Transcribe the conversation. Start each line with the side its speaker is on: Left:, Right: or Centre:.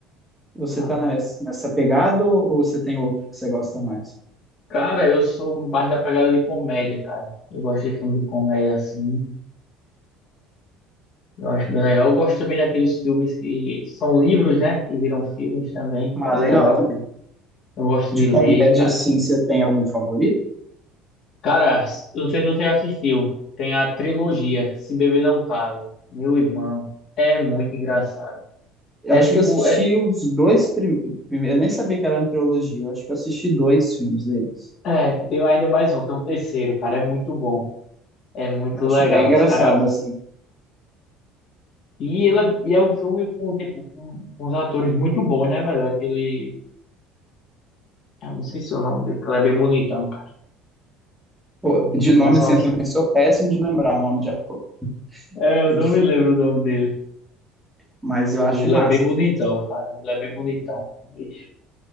Centre: Você
Left: Ah,
Centre: tá nessa, nessa pegada ou ou você tem outro que você gosta mais?
Left: cara, eu sou mais da pegada de comédia, cara. Eu gosto de filme de comédia assim. Eu acho bem legal. Eu gosto também daqueles filmes que são livros, né? Que viram filmes também, que
Centre: Ah,
Left: é bem
Centre: legal
Left: legal.
Centre: também.
Left: Eu gosto
Centre: De
Left: de ler,
Centre: comédia,
Left: cara.
Centre: assim, você tem algum favorito?
Left: Cara, eu não sei se você já assistiu. Tem a trilogia Se Beber Não Case. Meu irmão, é muito engraçado.
Centre: Eu
Left: É
Centre: acho
Left: tipo,
Centre: que eu assisti
Left: é,
Centre: os dois primeiros, eu nem sabia que era uma trilogia, eu acho que eu assisti dois filmes deles.
Left: é, tem ainda mais um, tem um terceiro, cara. É muito bom. É muito
Centre: Eu acho
Left: legal.
Centre: bem engraçado,
Left: Os cara...
Centre: assim.
Left: E, ele é- e é um filme com, tipo, com, com uns atores muito bons, né, velho? Aquele. Eu não esqueci o nome dele, que ele é bem bonitão, cara.
Centre: Pô,
Left: Não
Centre: de
Left: sei,
Centre: nome,
Left: Mas são,
Centre: assim, eu também sou péssimo de lembrar o nome de ator,
Left: É,
Centre: é
Left: eu não
Centre: difícil,
Left: me lembro o nome dele,
Centre: mas eu
Left: mas
Centre: acho
Left: ele
Centre: massa
Left: é bem bonitão,
Centre: o filme.
Left: cara. Ele é bem bonitão. Vixe.